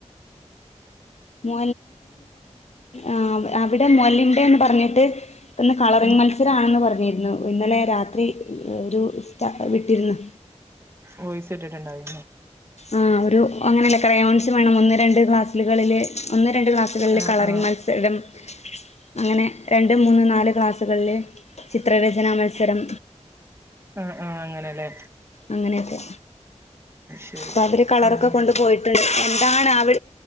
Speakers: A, on the left (about 65°); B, on the right (about 20°).
A: <unintelligible> ആഹ് അവിടെ <unintelligible> ന്റെ ന്നു പറഞ്ഞിട്ട് ഇന്ന് കളറിംഗ്
B: ഉം
A: മത്സരം ആണെന്ന് പറഞ്ഞ് ഇന്ന് ഇന്നലെ രാത്രി ഒരു ഉസ്ത വിട്ടിരുന്നു.
B: വോയിസ് ഇട്ടിട്ടുണ്ടായി
A: ആഹ് ഒരു അങ്ങനെ ക്രയോൺസ് വേണം ഒന്ന് രണ്ട് ക്ലാസുകളില് ഒന്ന് രണ്ട് ക്ലാസുകളില്
B: ആഹ്
A: കളറിംഗ്
B: ആഹ്
A: മത്സരം അങ്ങനെ രണ്ട് മൂന്ന് നാല് ക്ലാസുകളില് ചിത്രരചന മത്സ ത്സരം.
B: ആഹ് ആഹ് അങ്ങനെ ല്ലേ?
A: അങ്ങനെയൊക്കെ.
B: ശരി
A: രാത്രി കളർ
B: ആഹ്
A: ഒക്കെ കൊണ്ടുപോയിട്ടുണ്ട്. <unintelligible>